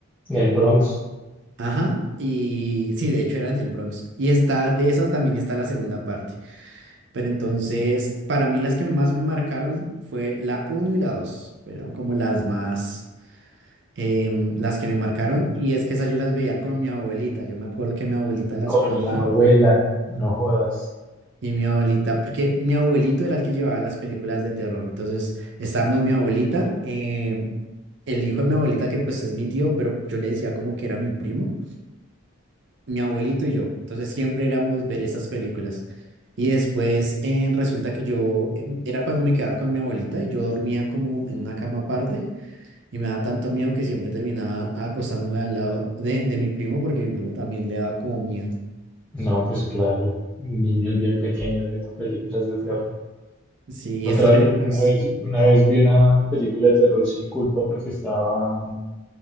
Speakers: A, in the centre; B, on the right.
A: El Bronx.
B: ajá, y sí, de hecho era en el Bronx. Y está, de esa también está la segunda parte. Pero entonces, para mí las que más me marcaron fue la uno y la dos Fueron como las más, em, las que me marcaron. Y es que esas yo las veía con mi abuelita. Yo me acuerdo que mi abuelita las
A: Con
B: ponía.
A: la abuela, no jodas.
B: Y mi abuelita, porque mi abuelito era el que llevaba las películas de terror. Entonces, estábamos mi abuelita, em, el hijo de mi abuelita, que pues es mi tío, pero yo le decía como que era mi primo. mi abuelito y yo. Entonces siempre éramos ver esas películas. Y después eh, resulta que yo, em, era cuando me quedaba con mi abuelita y yo dormía como en una cama aparte y me daba tanto miedo que siempre terminaba acostándome al lado de, de mi primo porque mi primo también le daba como miedo.
A: No, pues claro, niños bien pequeños viendo películas de terror.
B: Sí,
A: Otra
B: estas películas.
A: vez, una vez, una vez vi una película de terror sin culpa porque estaba,